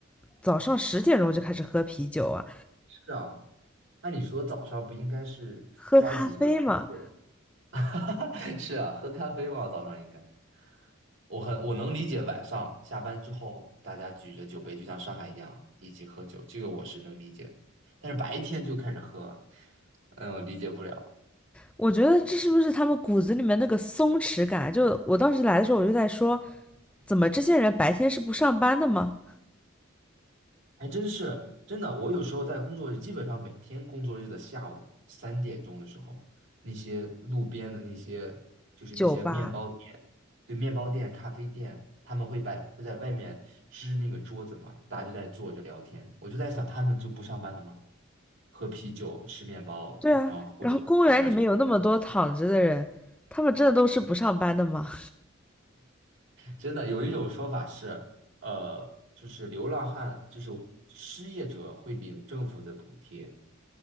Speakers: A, in the centre; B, on the right.
A: 早上十点钟就开始喝啤酒啊，
B: 是啊，按理说早上不应该是抓紧创？
A: 喝咖啡嘛？
B: <laughs> 是啊，喝咖啡嘛，早上应该。我很我能理解晚上下班之后大家举着酒杯，就像上海一样一起喝酒，这个我是能理解的但是白天就开始喝，嗯，我理解不了。
A: 我觉得这是不是他们骨子里面那个松弛感？就我当时来的时候，我就在说，怎么这些人白天是不上班的吗？
B: 还真是真的。我有时候在工作日，基本上每天工作日的下午三点钟的时候，那些路边的那些就是那些面包店，
A: 酒吧，
B: 对面包店、咖啡店，他们会摆会在外面支那个桌子嘛，大家就在坐着聊天。我就在想，他们就不上班了吗？喝啤酒、吃面包，
A: 对啊，
B: 然后或者喝咖啡之类的
A: 然后公园里面有那么多躺着的人，他们真的都是不上班的吗？
B: 真的有一种说法是，呃，就是流浪汉，就是失业者会领政府的补贴。